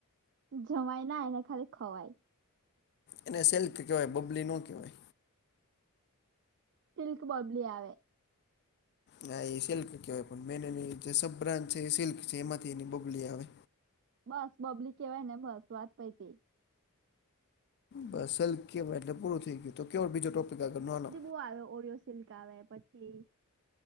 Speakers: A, on the right; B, on the left.
A: જમાય ના એને ખાલી ખવાય.
B: એને સિલ્ક કહેવાય બબલી નો કહેવાય.
A: સિલ્ક બબલી આવે.
B: ના એ સિલ્ક કહેવાય પણ મે એની જે સબ બ્રાન્ડ છે એ સિલ્ક છે એમાંથી એની બબલી આવે.
A: બસ બબલી કેવાય ને બસ વાત પઈતી.
B: બસ હલ કેવા એટલે પૂરું થઈ ગયું તો કેવ બીજો ટોપિક આગળ નોહમ હાલો.
A: શું આવે ઓરીયોસ સિલ્ક આવે પછી